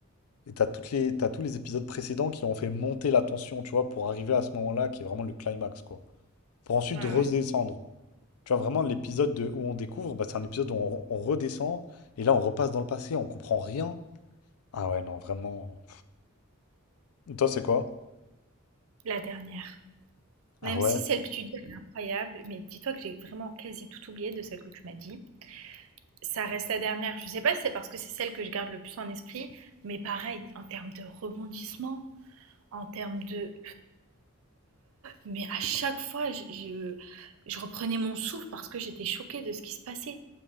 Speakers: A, on the left; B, on the right.
A: et t'as toutes les, t'as tous les épisodes précédents qui ont fait monter la tension, tu vois, pour arriver à ce moment-là qui est vraiment le climax, quoi. Pour ensuite
B: Ouais,
A: redescendre.
B: ouais.
A: Tu vois, vraiment, l'épisode de- où on découvre, bah, c'est un épisode où on, on redescend et là, on repasse dans le passé, on comprend rien. Ah ouais, non, vraiment. Toi, c'est quoi?
B: La dernière.
A: Ah
B: Même
A: ouais?
B: si celle que tu dis, elle est incroyable, mais dis-toi que j'ai vraiment quasi tout oublié de celle que tu m'as dit. Ça reste la dernière. Je sais pas si c'est parce que c'est celle que je garde le plus en esprit, mais pareil, en termes de rebondissement, en termes de... Mais à chaque fois, je, je- je reprenais mon souffle parce que j'étais choquée de ce qui se passait.